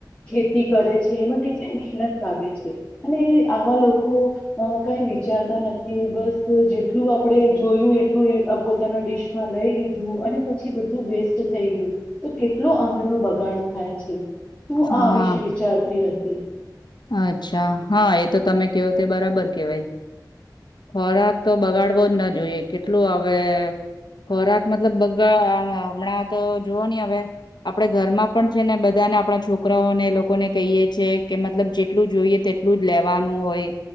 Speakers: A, on the left; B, on the left.
A: ખેતી કરે છે એમાં કેટલી મહેનત લાગે છે અને આવા લોકો અ કાંઈ વિચારતા નથી બસ જેટલું આપડે જોયું એટલું એ પોતાના ડીશમાં લઈ લીધું અને પછી બધું વેસ્ટ થઈ ગયું તો કેટલો અન્નનો બગાડ થાય છે. તું
B: હા
A: આ વિશે વિચારતી હતી.
B: અચ્છા, હા એ તો તમે કેવો તે બરાબર કેવાય. ખોરાક તો બગાડવો જ ના જોઈએ કેટલું હવે ખોરાક મતલબ બગાવમા હમણાં તો જુવો ને હવે આપડે ઘરમાં પણ છે ને બ ધાને આપણા છોકરાઓને એ લોકોને કહીએ છીએ કે મતલબ જેટલું જોઈએ તેટલું જ લેવાનું હોય